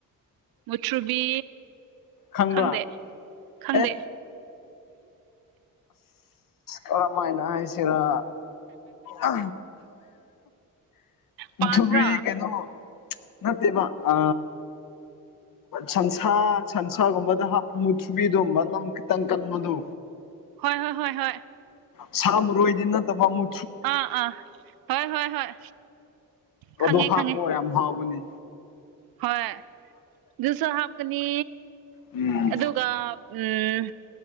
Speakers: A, on the right; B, on the left.
A: ꯃꯨꯊ꯭ꯔꯨꯕꯤ
B: ꯈꯪꯕ꯭ꯔꯥ
A: ꯈꯪꯗꯦ ꯈꯪꯗꯦ꯫
B: ꯑꯦ ꯀꯔꯃꯥꯏꯅ ꯍꯥꯏꯁꯤꯔꯥ ꯑ ꯃꯨꯊꯨꯕ꯭ꯔꯤ
A: ꯄꯥꯟꯔꯥ
B: ꯀꯩꯅꯣ ꯅꯠꯇꯦꯕ ꯑ ꯁꯟꯁꯥ ꯁꯟꯁꯥꯒꯨꯝꯕꯗ ꯍꯥꯞꯄꯨ ꯃꯨꯊꯨꯕꯤꯗꯣ ꯅꯝ ꯈꯤꯇꯪ ꯀꯟꯕꯗꯣ꯫
A: ꯍꯣꯏ ꯍꯣꯏ ꯍꯣꯏ ꯍꯣꯏ
B: ꯁꯥꯝꯔꯣꯏꯗꯤ ꯅꯠꯇꯕ ꯃꯨ
A: ꯑꯥ ꯑꯥ ꯍꯣꯏ ꯍꯣꯏ ꯍꯣꯏ꯫ ꯈꯪꯉꯦ
B: ꯑꯗꯣ ꯍꯥꯞꯄꯣ
A: ꯈꯪꯉꯦ
B: ꯌꯥꯝ ꯍꯥꯥꯎꯕꯅꯤ꯫
A: ꯍꯣꯏ ꯑꯗꯨꯁꯨ ꯍꯥꯞꯀꯅꯤ꯫
B: ꯎꯝ
A: ꯑꯗꯨꯒ ꯎꯝ